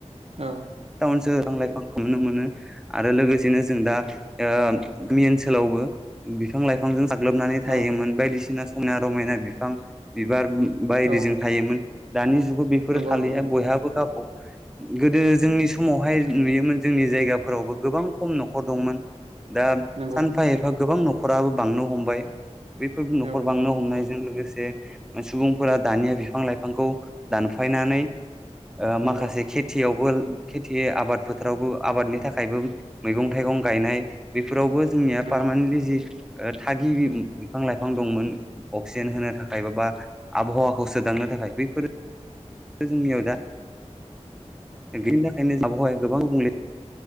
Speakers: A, on the right (about 60°); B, in the centre.
A: औ।
B: <unintelligible> लाइफांखौ नुनो मोनो आरो लोगोसेनो जों दा ओ गामि ओनसोलावबो बिफां लाइफांजों साग्लोबनानै थायोमोन।
A: औ
B: बायदिसिना समायना रमायना बिफां, बिबार बायदिजों
A: औ
B: थायोमोन। दानि जुगाव बेफोरो
A: नंगौ
B: थलिया
A: नोंथां
B: बयहाबो गाबा गोदो जोंनि समावहाय नुयोमोन जोंनि जायगाफोरावबो गोबां खम न'खर दंमोन। दा
A: नंगौ
B: सानफा एफा गोबां न'खराबो बांनो हमबाय। बेफोर न'खर
A: औ नंगौ
B: बांनो
A: नोंथां
B: हमनायजों लोगोसे सुबुंफोरा दानिया बिफां लाइफांखौ दानफायनानै ओ
A: नंगौ
B: माखासे खेथि यावबोल खेथि आबाद फोथारावबो आबादनि थाखायबो मैगं थाइगं गायनाय, बेफोरावबो बो जोंनिया
A: नंगौ
B: पार्मानेन्टलि
A: नंगौ
B: जि ओ थागिबि बिफां लाइफां दंमोन, अक्सिजेन होनो थाखाय बा आबहावाखौ सोदांनो थाखाय बे बेफोर जोंनियाव दा बिनि थाखायनो आबहावाया गोबां गुबुंले